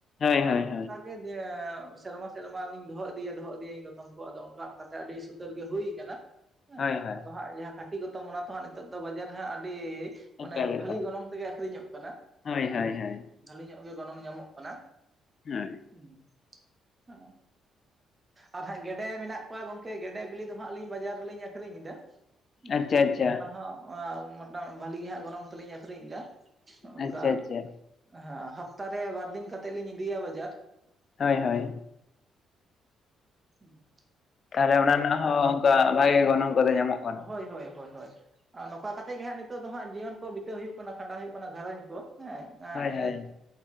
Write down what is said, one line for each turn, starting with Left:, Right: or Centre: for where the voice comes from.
Left: ᱦᱳᱭ ᱦᱳᱭ
Right: ᱟᱫᱚ
Left: ᱦᱳᱭ
Right: ᱚᱱᱠᱟᱼᱼ ᱜᱮ ᱮᱻ ᱥᱮᱨᱢᱟ ᱥᱮᱨᱢᱟ ᱞᱤᱧ ᱫᱚᱦᱚ ᱤᱫᱤᱭᱟ ᱫᱚᱦᱚ ᱤᱫᱤᱭᱟᱹᱧ ᱜᱚᱛᱚᱢ ᱠᱚ ᱟᱫᱚ ᱚᱱᱠᱟ ᱚᱱᱠᱟᱛᱮ ᱟᱹᱰᱤᱼᱼ ᱩᱛᱟᱹᱨ ᱜᱮ ᱦᱩᱭ ᱠᱟᱱᱟ ᱦᱮᱸ
Left: ᱦᱳᱭ ᱦᱳᱭ
Right: ᱟᱫᱚ ᱦᱟᱸᱜ ᱡᱟᱸᱦᱟ ᱠᱷᱟᱴᱤ ᱜᱚᱛᱚᱢ ᱚᱱᱟ ᱛᱚ ᱦᱟᱸᱜ ᱱᱤᱛᱚᱜ ᱫᱚ ᱵᱟᱡᱟᱨ ᱨᱮ ᱦᱟᱸᱜ ᱟᱰᱤ᱾ ᱢᱟᱱᱮ
Left: ᱮᱠᱟᱞ
Right: ᱵᱷᱟᱞᱤ
Left: ᱮᱠᱟᱞ
Right: ᱜᱚᱱᱚᱝ ᱛᱮᱜᱮ ᱟᱠᱷᱨᱤᱧᱚᱜ ᱠᱟᱱᱟ
Left: ᱦᱳᱭ ᱦᱳᱭ ᱦᱳᱭ
Right: ᱵᱷᱟᱞᱤ ᱧᱚᱜ ᱜᱮ ᱜᱚᱱᱚᱝ ᱧᱟᱢᱚᱜ ᱠᱟᱱᱟ᱾
Left: ᱦᱟᱹᱭ᱾
Right: ᱦᱩᱸ᱾ <unintelligible> ᱟᱨ ᱦᱮᱸ ᱜᱮᱰᱮ ᱢᱮᱱᱟᱜ ᱠᱚᱣᱟ ᱜᱚᱝᱠᱮ ᱜᱮᱰᱮ ᱵᱤᱞᱤ ᱫᱚ ᱦᱟᱸᱜ ᱞᱤᱧ ᱵᱟᱡᱟᱨ ᱨᱮᱞᱤᱧ ᱟᱹᱷᱨᱤᱧ ᱮᱫᱟ᱾ ᱦᱩᱸ
Left: ᱟᱪᱪᱷᱟ ᱟᱪᱪᱷᱟ
Right: ᱚᱱᱟ ᱦᱚᱸ ᱟᱸ ᱢᱚᱴᱟᱢ ᱵᱷᱟᱹᱞᱤ ᱜᱮ ᱦᱟᱸᱜ ᱜᱚᱱᱚᱝ ᱛᱮᱞᱤᱧ ᱟᱠᱷᱨᱤᱧ ᱮᱫᱟ᱾ ᱚᱱᱠᱟ
Left: ᱟᱪᱪᱷᱟ ᱟᱪᱪᱷᱟ
Right: ᱦᱮᱸ ᱦᱟᱯᱛᱟᱨᱮ ᱵᱟᱨᱫᱤᱱ ᱠᱟᱛᱮᱫ ᱞᱤᱧ ᱤᱫᱤᱭᱟ ᱵᱟᱡᱟᱨ
Left: ᱦᱳᱭ ᱦᱳᱭ
Right: ᱦᱮᱸ ᱦᱮᱸ ᱦᱩᱸ᱾
Left: ᱛᱟᱦᱞᱮ ᱚᱱᱟ ᱨᱮᱱᱟᱜ ᱦᱚᱸ ᱚᱱᱠᱟ ᱵᱷᱟᱜᱮ ᱜᱮ ᱜᱚᱱᱚᱝ ᱠᱚᱫᱚ ᱧᱟᱢᱚᱜ
Right: ᱦᱳᱭ
Left: ᱠᱟᱱᱟ
Right: ᱦᱳᱭ ᱦᱳᱭ ᱦᱳᱭ ᱟᱨ ᱱᱚᱝᱠᱟ ᱠᱟᱛᱮᱜ ᱜᱮ ᱦᱟᱸᱜ ᱱᱤᱛᱚᱜ ᱫᱚ ᱦᱟᱸᱜ ᱡᱤᱭᱚᱱ ᱠᱚ ᱵᱤᱛᱟᱹᱣ ᱦᱩᱭᱩᱜ ᱠᱟᱱᱟ ᱠᱷᱟᱸᱰᱟᱣ ᱦᱩᱭᱩᱜ ᱠᱟᱱᱟ ᱜᱷᱟᱨᱚᱸᱧᱡᱽ ᱠᱚ ᱦᱮᱸ᱾ ᱟᱸ
Left: ᱦᱳᱭ
Right: ᱮᱸᱲᱮᱛᱮᱭᱟᱜ᱾
Left: ᱦᱳᱭ